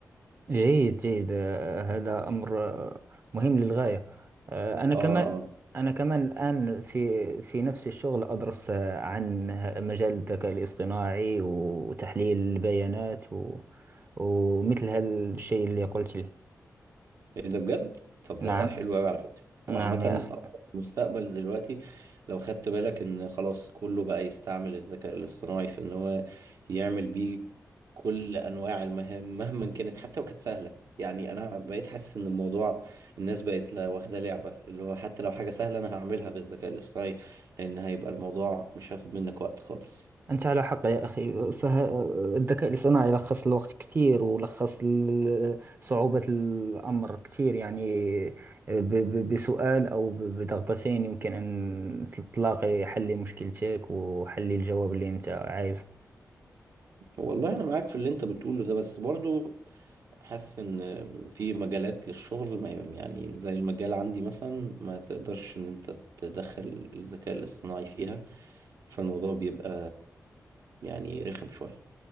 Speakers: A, on the right; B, on the right.
A: جيد جيد آه، هذا أمر آه، مهم للغاية آه، أنا كمان
B: آه آه
A: أنا كمان الآن في في نفس الشغل أدرس آه، عن ه- مجال الذكاء الاصطناعي وتحليل البيانات و ومثل هذا الشيء اللي قلت لي
B: ايه ده بجد طب
A: نعم
B: ده حلو قوي على فكره هو
A: نعم
B: عامه أصلاً
A: يا أخي
B: المستقبل دلوقتي لو خدت بالك ان خلاص كله بقى يستعمل الذكاء الاصطناعي في ان هو يعمل بيه كل انواع المهام مهما كانت حتى لو كانت سهله يعني انا بقيت حاسس ان الموضوع الناس بقت لا- واخده لعبه اللي هو حتى لو حاجه سهله انا هعملها بالذكاء الاصطناعي لان هيبقى الموضوع مش هياخد منك وقت خالص
A: أنت على حق يا أخي فالذكاء الاصطناعي لخص الوقت كثير ولخص ال- صعوبة الأمر كثير يعني ب- ب- بسؤال أو ب- بضغطتين يمكن أن تلاقي حل لمشكلتك وحل الجواب اللي أنت عايزه
B: والله انا معاك في اللي انت بتقوله ده بس برضو حاسس ان في مجالات للشغل ما يعني زي المجال عندي مثلا ما تقدرش ان انت تدخل الذكاء الاصطناعي فيها فالموضوع بيبقى يعني رخم شوية